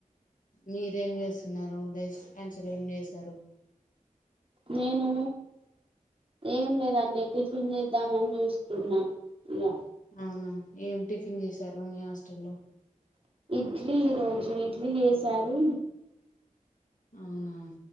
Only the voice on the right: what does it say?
నేను ఏం లేదండి టిఫిన్ చేద్దామని చూస్తున్నా ఇగా
ఇడ్లీ ఈరోజు ఇడ్లీ చేసారు